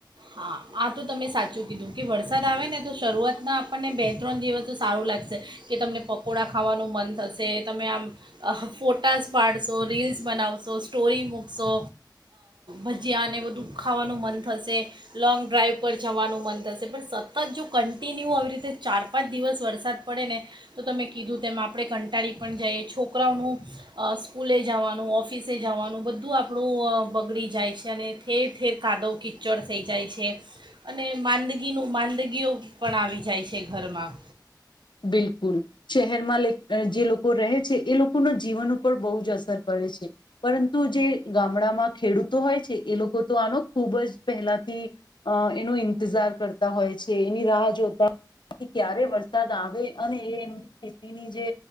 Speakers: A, on the right; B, on the left.
A: હા આ તો તમે સાચું કીધું કે, વરસાદ આવે ને, તો શરૂઆતમાં આપણને બે-ત્રણ દિવસ તો સારું લાગશે. કે તમને પકોડા ખાવાનું મન થશે, તમે આમ ફોટાઝ પાડશે, રીલ્સ બનાવશો, સ્ટોરી મૂકશો. ભજીયાને, બધું ખાવાનું મન થશે લોંગ. ડ્રાઈવ પર જવાનું મન થશે, પણ સતત જો કન્ટિન્યુ આવી, રીતે ચાર-પાંચ દિવસ વરસાદ પડે ને. તો તમે કીધું, તેમાં આપણે કંટાળી પણ જઈએ, છોકરાઓનું. સ્કૂલે જવાનું, ઓફિસે જવાનું બધું આપણું બગડી જાય છે, અને ફેર ફેર કાદવ કચડ સહી જાય છે. અને માંદગીનું માંદગીઓ પણ આવી જાય છે ઘરમાં.
B: બિલકુલ. શહેરમાં જે લોકો રહે છે, એ લોકોના જીવન ઉપર બહુ જ અસર પડે છે. પરંતુ જે ગામડામાં ખેડૂતો હોય છે, એ લોકો તો આનો ખૂબ જ પહેલાથી. અ એનો ઇંતજાર કરતા હોય છે, એની રાહ જોતા હોય, ક્યારે વર વરસાદ આવે, અને એમની ખેતીની જે